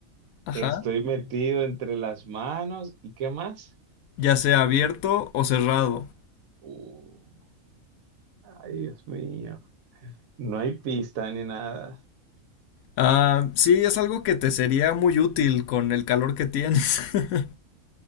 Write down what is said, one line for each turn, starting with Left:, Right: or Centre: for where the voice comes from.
Left: Ajá.
Right: Estoy metido entre las manos y ¿qué más?
Left: Ya sea abierto o cerrado.
Right: Uh, ay, Dios mío. No hay pista ni nada.
Left: Ah, sí, es algo que te sería muy útil con el calor que tienes. <laughs>